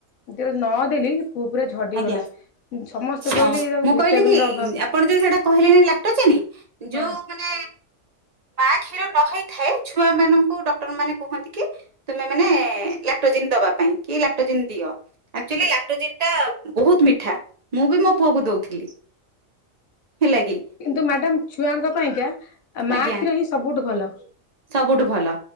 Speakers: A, on the left (about 80°); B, on the right (about 40°).
A: ଯେତେବେଳେ ନଦେଲି, ପୁଅ ପୁରା ଝଡ଼ିଗଲା।
B: ଆଜ୍ଞା
A: ସମସ୍ତେ
B: ହଁ
A: କହିଲେ, ଏରା
B: ମୁଁ
A: ଭିଟାମିନ୍‌
B: କହିଲି କି
A: ର ଅଭାବ।
B: ଆପଣ ଯୋଉ ସେଇଟା କହିଲେଣି, ଲାକ୍ଟୋଜିନ୍‌ ଯୋଉ
A: ହଁ
B: ମାନେ ମା କ୍ଷୀର ନଖାଇଥାଏ, ଛୁଆମାନଙ୍କୁ ଡକ୍ଟର ମାନେ କୁହନ୍ତି କି ତୁମେମାନେ ଲାକ୍ଟୋଜିନ୍ ଦବା ପାଇଁ, କି ଲାକ୍ଟୋଜିନ୍ ଦିଅ। ଆକ୍ଚୁଲି, ଲାକ୍ଟୋଜିନ୍‌ ଟା ବହୁତୁ ମିଠା। ମୁଁ ବି ମୋ ପୁଅକୁ ଦଉଥିଲି। ହେଲା କି?
A: କିନ୍ତୁ ମ୍ୟାଡାମ୍, ଛୁଆଙ୍କ ପାଇଁକା ମା
B: ଆଜ୍ଞା
A: କ୍ଷୀର ହିଁ ସବୁଠୁ ଭଲ।
B: ସବୁଠୁ ଭଲ।